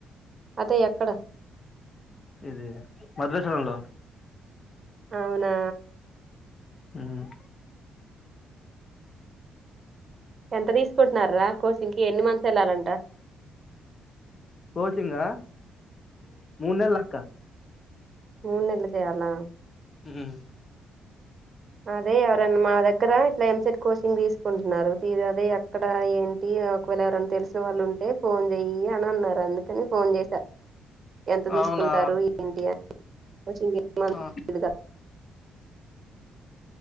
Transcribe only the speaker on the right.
అదే ఎక్.
అవునా.
ఎంత తీసుకుంటున్నార్రా కోచింగ్ కి ఎన్ని మంత్స్ ఎళ్ళాలంట.
మూన్నెలు చేయాలానా.
అదే ఎవరన్న మా దగ్గర ఇట్లా ఎంసెట్ కోచింగ్ తీసుకుంటున్నారు తి అదే అక్కడ ఏంటి. ఒకవేళ ఎవరన్న తెలిసిన వాళ్ళు ఉంటే ఫోన్ చెయ్యి అని అన్నారు అందుకని ఫోన్ చేసా. ఎంత తీసుకుంటారు
ఏంటి అని. <inaudible>